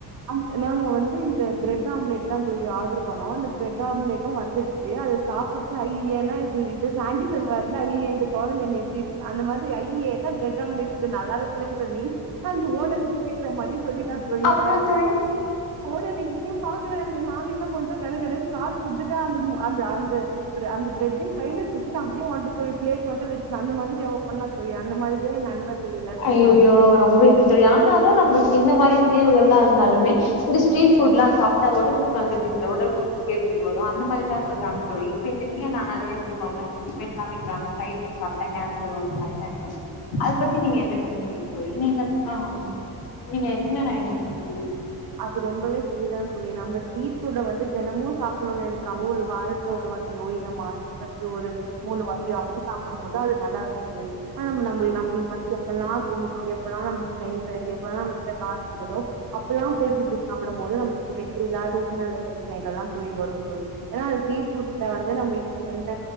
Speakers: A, on the right; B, on the left.
A: அந் நாங்க வந்து இந்த ப்ரெட் ஆம்லெட் தா தோழி ஆர்டர் பண்ணோ அந்த ப்ரெட் ஆம்லெட் ஒ வந்துடுச்சு அத சாப்புட்டு ஐயி என்னா இது இந்த சாண்டி செல்வான்ல ஐயிய இந்த கொழந்த என்ன இப்டி அந்த மாத்ரி ஐயிய என்ன ப்ரட் ஆம்லேட் நல்லாவே இல்லன் சொல்லி அந்த ஓனருக்கு கேக்குற மாரி சொல்லிட்டா தோழி
B: அப்புறோ
A: அவ
B: தோழி
A: போடல இப்பயே பாக்றாரு நாங்க என்ன பண்ட்டோ கட கடற் கார்கு குதா அந்தம் அந்த அந்த அந்த ப்ரட்டி கைல தூக்கின் அப்டியே வந்துட்டோ ப்ளேட் மட்டு வச் அந்த மாரி அவ பண்ணா தோழி அந்த மாத்ரிதா நண்பர்கள் எல்லாருமே
B: ஐயையோ
A: தோழி
B: ரொம்ப இது இப்டி தோழி ஆனாலு நம்மளுக்கு இந்த மாரி நினைவுகள்லா வந்தாலுமே இந்த ஸ்ட்ரீட் ஃபுட்லா சாப்ட்டா ஒடம் நல்லதில்ல ஒடம்புக்கு கெடுதி வரு அந்த மாரிலா ஸ் சொல்றாங்க தோழி இப்ப இந்த நீயா நானாலே எடுத்துக்கோங்க இந்த பிக்ரைஸ் காமிக்றாங்க ஃப்ரைட் ரைஸ் சாப்டா கேன்சர் வரூ தைரா ஆய்ட் வரூ அது பத்தி நீங்க என்ன நனைக்கிறீங்க தோழி நீங்க ஆ நீங்க என்ன நெனக்கிறீங்க சொல்லுங்க
A: அது ரொம்பவே செரிதா தோழி நம்ம ஸ்ட்ரீட் ஃபுட்ட வந்து தெனமூ சாப்பு ஒது அது கம்முல் வாரத்ல ஒரு வாட்டியோ இல்ல மாசக்கு ஒரு மூணு வாட்டியோ அப்டி சாப்படும் போது அது ந ஆனா நம்முள் நம்முள்க் வந்து எப்பல்லா தோணுதோ எப்பலா நமக்கு டைம் கெடைக்குதோ எப்பலா நம்மகிட்ட கா காசு இருக்குதோ அப்பல்லா போயிட்டு இப்டி சாப்பிடும் போது நமக்கு தேவையில்லாத உடல்நிலை ப்ரச்னைகள்ல்லா தோழி வரூ ம் ஏன்னா அது ஸீஃபுட்ல வந்து நம்மளுக்கு எந்த